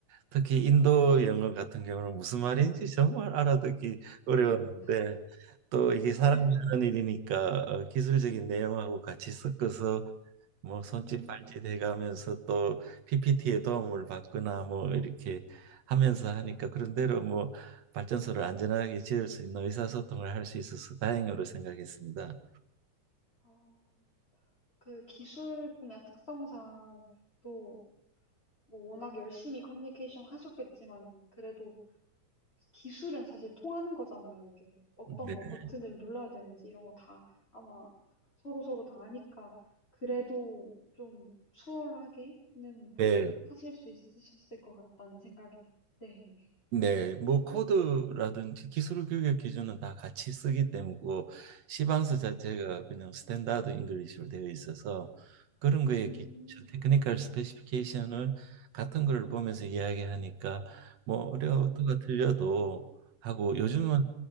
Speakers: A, on the right; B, on the left.
A: 특히 인도 영어 같은 경우는 무슨 말인지 정말 알아듣기 어려웠는데
B: 음,
A: 또 이게 사람이
B: 네.
A: 하는 일이니까 어, 기술적인 내용하고 같이 섞어서 뭐 손짓
B: 음.
A: 발짓 해가면서 또 PPT의 도움을 받거나 뭐 이렇게 하면서 하니까 그런대로 뭐 발전소를 안전하게 지을 수 있는 의사소통을 할 수 있어서 다행으로 생각했습니다.
B: 어, 그 기술 분야 특성상 또 뭐 워낙 열심히 커뮤니케이션 하셨겠지만 그래도 기술은 사실 통하는 거잖아요. 이게 어떤
A: 네.
B: 뭐 버튼을 눌러야 되는지 이런 거 다 아마 서로서로 다 아니까 그래도 좀 수월하게는
A: 네,
B: 하실 수 있으셨을 것 같다는 생각이. 네.
A: 네, 뭐 코드라든지 기술 교육 기준은 다 같이 쓰기 때문에 뭐 시방서 자체가
B: 어,
A: 그냥 스탠다드 잉글리시로 되어 있어서 그런 거에
B: 음.
A: 기 테크니컬 스페시피케이션을 같은 거를 보면서 이야기하니까 뭐 어려도가
B: 어,
A: 틀려도 하고 요즘은
B: 네.